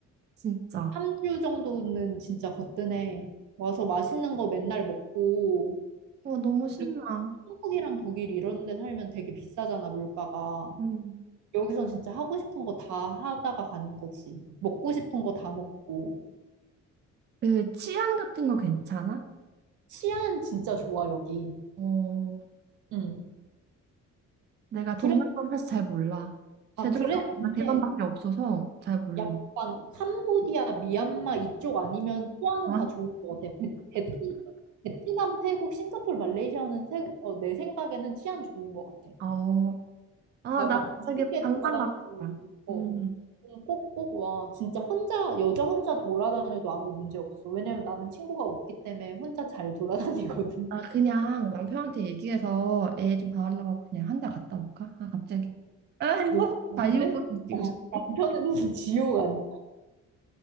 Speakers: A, on the right; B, on the right.
A: 진짜.
B: 3주 정도는 진짜 거뜬해. 와서 맛있는 거 맨날 먹고
A: 어, 너무 신나.
B: 그리고 한국이랑 독일 이런 데 살면 되게 비싸잖아 물가가.
A: 음.
B: 여기선 진짜 하고 싶은 거 다 하다가 가는 거지. 먹고 싶은 거 다 먹고.
A: 그 치안 같은 거 괜찮아?
B: 치안 진짜 좋아, 여기.
A: 어,
B: 응.
A: 내가
B: 그래,
A: 동남아를 사실 잘 몰라. 제주도가
B: 아, 그랬는데
A: 대만밖에 없어서 잘 몰라.
B: 약간 캄보디아, 미얀마 이쪽 아니면 치안은
A: 아,
B: 다 좋을 것 같아. 베, 베트, 베트남, 태국, 싱가포르, 말레이시아는 태, 어, 내 생각에는 치안 좋은 것 같아.
A: 어, 아,
B: 나
A: 나
B: 막
A: 갑자기
B: 뒤늦게
A: 당장
B: 돌아다녀도
A: 가고 싶다.
B: 어,
A: 음.
B: 좀 꼭꼭 와. 진짜 혼자, 여자 혼자 돌아다녀도 아무 문제 없어. 왜냐면 나는 친구가 없기 때문에 혼자 잘 돌아다니거든.
A: 아, 그냥 남편한테 얘기해서 애 좀 봐달라고 그냥 한 달 갔다 올까? 아, 갑자기. <laughs>
B: <laughs> 너, 근데
A: 자유분이
B: 나
A: 뛰고 싶네.
B: 남편은 <laughs> 지옥 아니야.